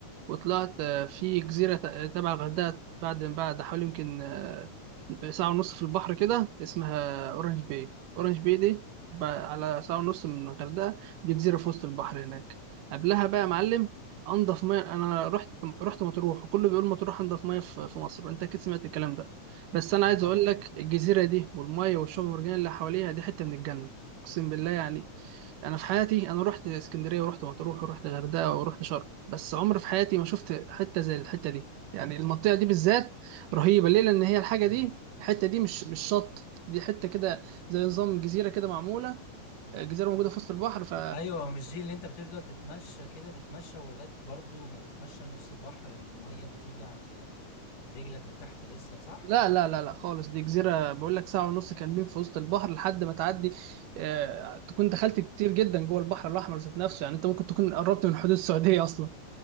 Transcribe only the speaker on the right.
وطلعت آه، في جزيرة ت- آه، تبع الغردقة بعد بعد حوالي يمكن آه، ساعة ونص في البحر كده اسمها أورنج باي أورنج باي دي ب- على ساعة ونص من الغردقة دي جزيرة في وسط البحر هناك قبلها بقى يا معلم أنضف مية أنا رحت رحت مطروح وكله بيقول مطروح أنضف مية في في مصر وأنت أكيد سمعت الكلام ده بس أنا
عايز
أقول لك الجزيرة دي والمية والشعب المرجانية اللي حواليها دي حتة من الجنة أقسم بالله يعني انا في حياتي انا رحت اسكندريه ورحت مطروح ورحت الغردقه ورحت شرم بس عمري في حياتي ما شفت حته زي الحته دي يعني المنطقه دي بالذات رهيبه ليه لان هي الحاجه
دي الحته دي مش مش شط دي حته كده زي نظام جزيره كده معموله جزيره موجوده في وسط البحر ف
لا لا لا لا خالص دي جزيره بقول لك ساعه ونص كاملين في وسط البحر لحد ما تعدي آه، تكون دخلت كتير جدا جوه البحر الاحمر ذات نفسه يعني انت ممكن تكون قربت من حدود السعوديه اصلا